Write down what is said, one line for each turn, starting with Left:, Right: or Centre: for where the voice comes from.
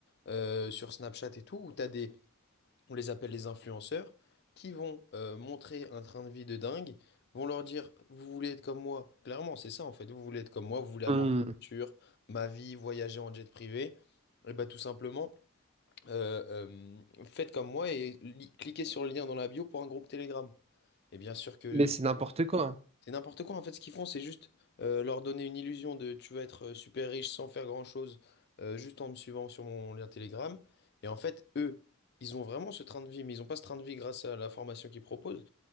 Left: euh, sur Snapchat et tout, où t'as des on les appelle les influenceurs, qui vont euh, montrer un train de vie de dingue, vont leur dire, vous voulez être comme moi. Clairement, c'est ça en fait, vous voulez être comme moi, vous voulez avoir
Right: Hmm,
Left: ma voiture, ma vie, voyager en jet privé. Et bah tout simplement, euh, euh, faites comme moi et li- cliquez sur le lien dans la bio pour un groupe Telegram. Et bien sûr que
Right: mais c'est n'importe quoi.
Left: c'est n'importe quoi en fait ce qu'ils font, c'est juste euh, leur donner une illusion de tu vas être euh, super riche sans faire grand-chose, euh, juste en me suivant sur mon lien Telegram. Et en fait, eux, ils ont vraiment ce train de vie, mais ils ont pas ce train de vie grâce à la formation qu'ils proposent,